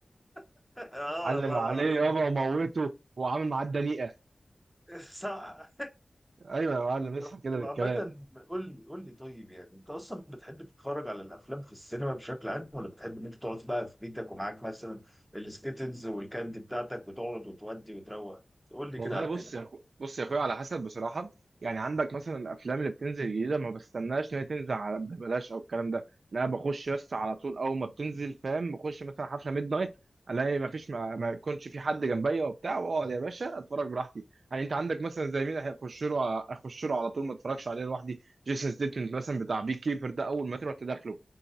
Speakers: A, in the centre; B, on the right (about 75°).
A: <laughs> اه
B: علم
A: والله
B: عليه
A: العظيم
B: يابا وموته وعامل معاه الدنيئه
A: <laughs> صح
B: ايوه يا معلم اصحى
A: طب
B: كده
A: طب
B: بالكلام
A: عامة قول لي قول لي طيب يعني انت اصلا بتحب تتفرج على الافلام في السينما بشكل عام ولا بتحب ان انت تقعد بقى في بيتك ومعاك مثلا السكيتلز والكاندي بتاعتك وتقعد وتودي وتروق قول لي
B: والله
A: كده على
B: بص
A: الدنيا
B: يا أخو... بص يا اخويا على حسب بصراحه يعني عندك مثلا الافلام اللي بتنزل جديده ما بستناش ان هي تنزل على ببلاش او الكلام ده لا بخش يس على طول اول ما بتنزل فاهم بخش مثلا حفله ميد نايت الاقي ما فيش ما, ما يكونش في حد جنبيا وبتاع واقعد يا باشا اتفرج براحتي يعني انت عندك مثلا زي مين هيخش له ع- اخش له على طول ما اتفرجش عليه لوحدي جيسون ستيتمنت مثلا بتاع بي كيبر ده اول ما تروح تدخله